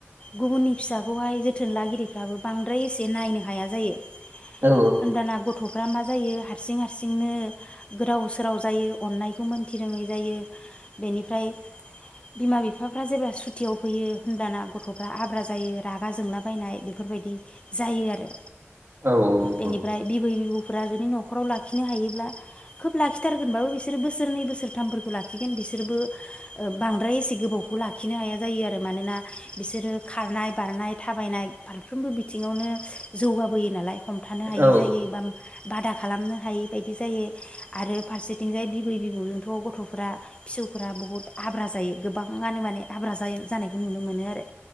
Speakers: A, on the left (about 25°); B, on the right (about 55°).
A: गुबुननि फिसाखौहाय जोथोन लागिरिफ्राबो बांद्राय एसे नायनो हाया जायो।
B: औ
A: ओनबाना गद गथ'फ्रा मा जायो हारसिं हारसिंनो गोदाव सोराव जायो। अननायखौ मोनथिरोङै जायो बेनिफ्राय, बिमा बिफाफ्रा जेब्ला सुटियाव फैयो होनब्लाना गथ'फ्रा आब्रा जायो रागा जोंला बायनाय बेफोरबायदि जायो आरो
B: औ नंगौ
A: बेनिफ्राय बिबै बिबौ फोरा जुदि न'राव लाखिनो हायोब्ला खोब लाखिथारगोनबाबो बिसोरो बोसोरनै बोसोरथामफोरखौ लाखिगोन बिसोरबो बां बांद्राय एसे गोबावखौ लाखिनो हाया जायो आरो मानोना बिसोरो खारनाय बारनाय थाबायनाय फारफ्रोमबो बिथिङावनो जौगाबोयो नालाय, हमथानो हायै
B: औ
A: जायो बाम बादा खालामनो हायि बायदि जायो आरो फारसेथिंजाय बिबै बिबौजोंथ' गथ'फोरार फिसौफोरा बहुद आब्रा जायो। गोबाङानो माने आब्रा जायो जानायखौ नुनो मोनो आरो